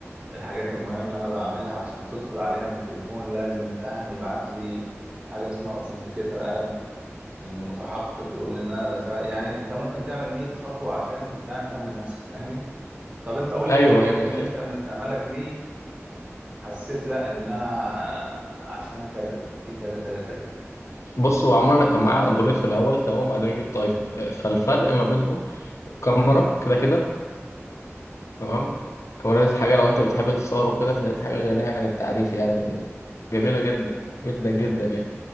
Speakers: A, on the right; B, on the left.
A: الحاجات المهمه بعملها عشان تدخل عليها من التليفون لازم فاهم يبعت لي حاجه اسمها اوثنتيكيتر اب ان متحقق يقول لي ان انا دافع يعني انت ممكن تعمل 100 خطوه عشان فاهم تامن نفسك فاهمني طب انت قول
B: أيوه
A: لي ايه الحاجات
B: أيوه ده
A: اللي
B: حقيقي
A: انت من استعمالك ليه حسيت لا ان انا عشان كذا في كذا كذا كذا
B: بص هو عمرنا كان معايا أندرويد في الأول تمام وبعدين جبت أيفون آه، فالفرق ما بينهم كاميرا كده كده تمام كاميرا ديت حاجة لو أنت بتحب تتصور وكده فديت حاجة غنية عن التعريف يعني جميلة جدا جدا جدا يعني